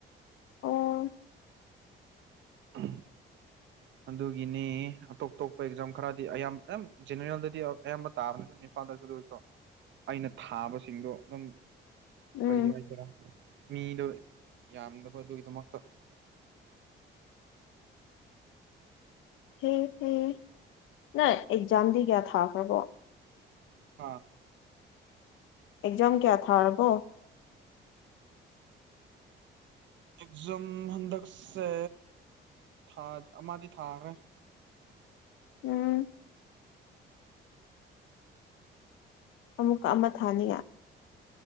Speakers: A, on the left (about 80°); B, on the right (about 65°).
A: ꯎꯝ
B: ꯑꯍꯝ ꯑꯗꯨꯒꯤꯅꯦ ꯑꯇꯣꯞ ꯑꯇꯣꯞꯄ ꯑꯦꯛꯖꯥꯝ ꯈꯔꯗꯤ ꯑꯌꯥꯝ ꯑꯌꯥꯝ ꯖꯦꯅꯔꯦꯜꯗꯗꯤ ꯑꯌꯥꯝꯕ ꯇꯥꯕꯅꯦ <unintelligible> ꯀꯥꯟꯗꯁꯨ ꯑꯗꯨꯁꯨ ꯑꯩꯅ ꯊꯥꯕꯁꯤꯡꯗꯣ ꯑꯗꯨꯝ
A: ꯎꯝ
B: ꯀꯔꯤ ꯍꯥꯏꯒꯦꯔꯥ ꯃꯤꯗꯣ ꯌꯥꯝꯗꯕ ꯑꯗꯨꯒꯤꯗꯃꯛꯇ
A: ꯍꯦ ꯍꯦ ꯅꯪ ꯑꯦꯛꯖꯥꯝꯗꯤ ꯀꯌꯥ ꯊꯥꯈ꯭ꯔꯕꯣ
B: ꯍꯥ
A: ꯑꯦꯛꯖꯥꯝ ꯀꯌꯥ ꯊꯥꯔꯕꯣ
B: ꯑꯦꯛꯖꯝ ꯍꯟꯗꯛꯁꯦ ꯊꯥ ꯑꯃꯥꯗꯤ ꯊꯥꯈ꯭ꯔꯦ
A: ꯎꯝ ꯑꯃꯨꯛꯀ ꯑꯃ ꯊꯥꯅꯤꯉꯥꯢ